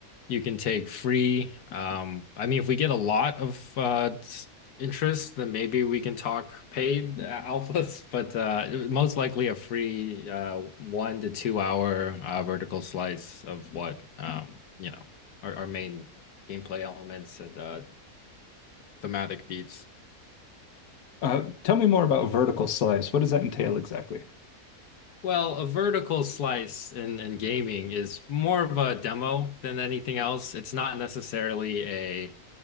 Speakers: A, on the left; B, on the left.
A: you can take free. Um, I mean, if we get a lot of uh, s- interest, then maybe we can talk paid uh, alphas, <laughs> but uh, most likely a free uh, one to two hour uh, vertical slice of what um, you know, our, our main gameplay elements and uh, thematic beats.
B: Uh, tell me more about vertical slice. What does that entail exactly?
A: Well, a vertical slice in, in gaming is more of a demo than anything else. It's not necessarily a